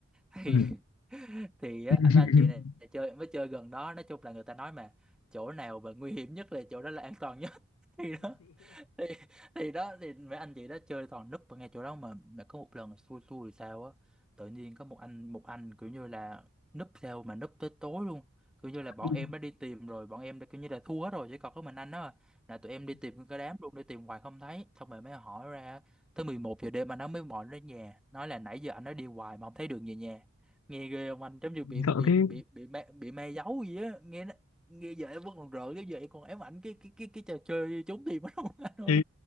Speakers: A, in the centre; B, on the left (about 75°).
A: thì
B: ừ
A: <laughs> thì á,
B: <laughs>
A: mấy anh chị này chơi mới chơi gần đó nói chung là người ta nói mà chỗ nào mà nguy hiểm nhất là chỗ đó là an toàn nhất <laughs> thì đó thì thì đó thì mấy anh chị đó chơi toàn núp ở ngay chỗ đó mà mà có một lần xui xui thì sao á tự nhiên có một anh một anh kiểu như là núp theo mà núp tới tối luôn kiểu như là bọn
B: Ui,
A: em đã đi tìm rồi bọn em đã kiểu như là thua hết rồi chỉ còn có mình anh đó à. là tụi em đi tìm cái đám luôn đi tìm hoài không thấy xong rồi mới hỏi ra tới 11 giờ đêm anh nó mới gọi đến nhà nói là nãy giờ anh nó đi hoài mà không thấy đường về nhà nghe ghê không anh giống như bị
B: sợ
A: bị
B: thế
A: bị bị ma, bị ma giấu gì á nghe nghe giờ em vẫn còn rợn nếu giờ em còn ám ảnh cái cái cái cái trò chơi trốn tìm đó luôn <laughs> anh ơi
B: thế